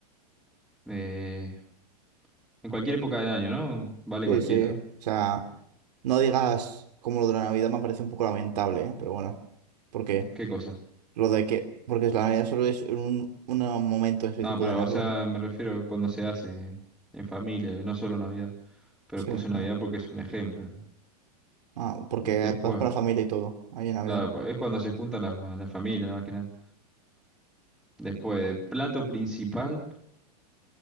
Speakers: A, in the centre; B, on the right.
A: Eh, en cualquier época del año, ¿no? Vale
B: Sí,
A: cualquiera.
B: sí. O sea, no digas como lo de la Navidad me parece un poco lamentable, ¿eh? Pero bueno. Porque
A: ¿Qué cosa?
B: lo de que. Porque la Navidad solo es un, un momento específico
A: No, pero,
B: de Navidad.
A: o sea, me refiero cuando se hace en familia, no solo Navidad. Pero
B: Sí,
A: puse Navidad
B: no.
A: porque es un ejemplo.
B: Ah, porque
A: Después,
B: vas con la familia y todo, ahí en Navidad.
A: claro, pues, es cuando se juntan las la familias, más que nada. Después, de plato principal,